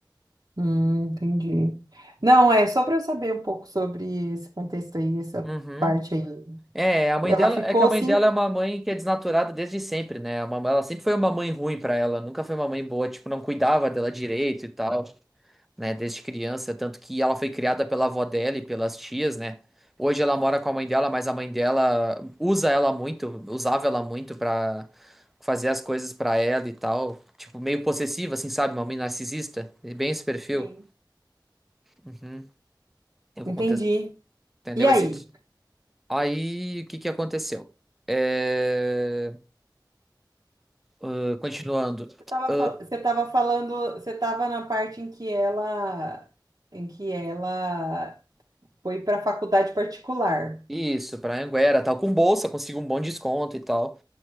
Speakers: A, on the right; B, in the centre.
A: Hum, entendi. Não, é só para eu saber um pouco sobre esse contexto aí, essa
B: Uhum.
A: parte aí.
B: É, a mãe
A: Ela
B: dela
A: ficou
B: é que a mãe
A: cinco?
B: dela é uma mãe que é desnaturada desde sempre, né? A mamãe, ela sempre foi uma mãe ruim pra ela, nunca foi uma mãe boa, tipo, não cuidava dela direito e tal, né? Desde criança, tanto que ela foi criada pela avó dela e pelas tias, né? Hoje ela mora com a mãe dela, mas a mãe dela usa ela muito, usava ela muito pra fazer as coisas pra ela e tal, tipo, meio possessiva, assim, sabe? Uma mãe narcisista, É bem esse perfil.
A: Sim.
B: Uhum. Eu vou
A: Entendi.
B: contestar, entendeu?
A: E aí?
B: Esse... Aí, o que que aconteceu? É... Ah, continuando.
A: Tava
B: Ah,
A: fal- você estava falando, você estava na parte em que ela, em que ela foi para a faculdade particular.
B: isso, pra Anguera, tal, com bolsa, consigo um bom desconto e tal.